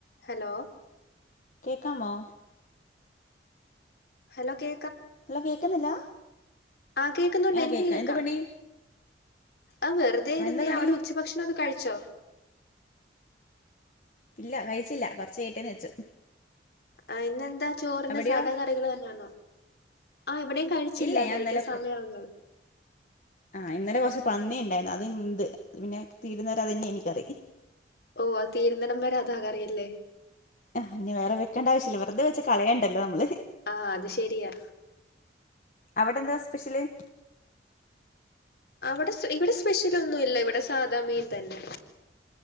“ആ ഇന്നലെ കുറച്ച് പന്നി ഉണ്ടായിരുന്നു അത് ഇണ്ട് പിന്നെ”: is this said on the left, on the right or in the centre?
Left